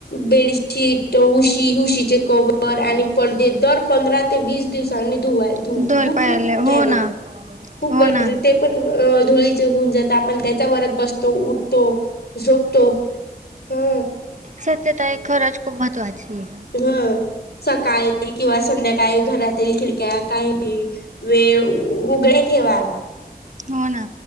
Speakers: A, on the left; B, on the right.
A: बेडशीट, उशी, उशीचे कवर आणि पडदेत दर पंधरा ते वीस दिवसांनी धुवाय धू
B: ढोल
A: धुन
B: पाळले
A: घ्यावेत.
B: हो ना
A: खूप
B: हो
A: गरजे
B: ना.
A: ते पण धुळीचे होऊन जातात. आपण त्याच्यावरच बसतो उठतो. झोपतो. ह.
B: स्वछता हे खरंच खूप महत्वाचीये.
A: ह सकाळी किंवा संध्याकाळी घरातील खिडक्या काही वेळ उघडे ठेवा.
B: हो ना.